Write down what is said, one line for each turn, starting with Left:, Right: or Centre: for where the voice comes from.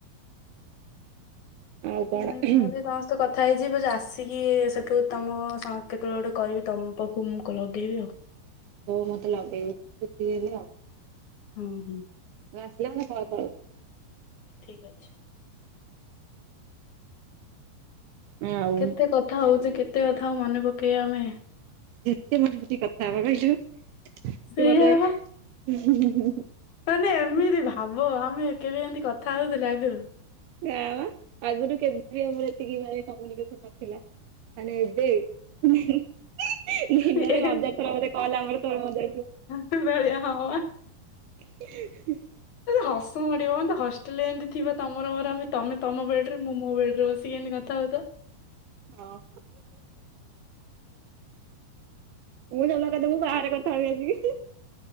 Right: ଆଉ କଣ?
Left: ଲେଟ୍ ହେଲେ ବାସ୍। ତୁ କଥା ହେଇଯିବୁ ଆସିକି ସେଠୁ ତମ ସଂ କେତେବେଳେ ଗୋଟେ କରିବି ତମ ପାଖକୁ ମୁଁ ଲଗେଇବି ଆଉ।
Right: ହଉ ମତେ ଲଗେଇବୁ ଛୁଟି ହେଲେ ଆଉ।
Left: ହଁ ହୁଁ।
Right: ଇଏ ଆସିଲେ ମୁଁ କହିକି ପଳେଇବି।
Left: ଠିକ୍ ଅଛି।
Right: ଆଉ
Left: କେତେ କଥା ହଉଚେ କେତେ କଥାଆଉ ମନେ ପକେଇବା ଆମେ।
Right: ଯେତେ ମନେ ପକେଇକି କଥା ହେବା କହିଚୁ ତୁ
Left: ସେଇଆ
Right: ମତେ
Left: ବା
Right: ହୁଁ ହୁଁ ହୁଁ।
Left: ମାନେ ଏମିତି ଭାବ ଆମେ କେବେ ଏମିତି କଥା ହଉଥିଲେ ଆଗରୁ।
Right: ନା ପା ଆଗରୁ କେବେ ବି ଆମର ଏତିକି କମୁନିକେସନ ନଥିଲା ତାହାଲେ ଏ ବେ ଉଁ ହୁଁ। ଦିନରେ
Left: ସିଏ
Right: ହଜାରେ ଥର ବୋଧେ କଲ ଆମର ତୋର ମୋର ଯାଇଚୁ।
Left: ଏଭ ଳିଆ ହବପା।
Right: <inaudible>
Left: ହସ ମଡିବ ବନ୍ଧୁ ହଷ୍ଟେଲରେଏମିତି ଥିବ ତମର ମୋର ତମେ ତମ ବେଡ ରେ ମୁଁ ମୋ ବେଡ ରେ ବସିି ଟିକେ ଏମିତି କଥା ହଉ ତ।
Right: ହଁ। ମୁଁ ଜଲାକାଲି ମୁଁ ବାହାରେ କଥା ହେବି ଆସିକି।